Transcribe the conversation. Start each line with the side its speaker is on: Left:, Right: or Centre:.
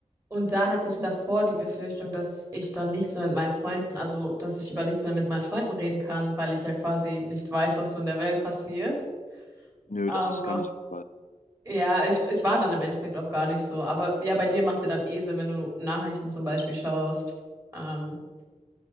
Right: Und da hatte ich davor die Befürchtung, dass ich dann nichts mehr mit meinen Freunden, also dass ich über nichts mehr mit meinen Freunden reden kann, weil ich ja quasi nicht weiß, was so in der Welt passiert.
Left: Nö,
Right: Aber
Left: das ist gar nicht der Fall.
Right: ja, ich, es war dann im Endeffekt auch gar nicht so. Aber ja, bei dir macht es ja dann eh Sinn, wenn du Nachrichten zum Beispiel schaust. Ähm,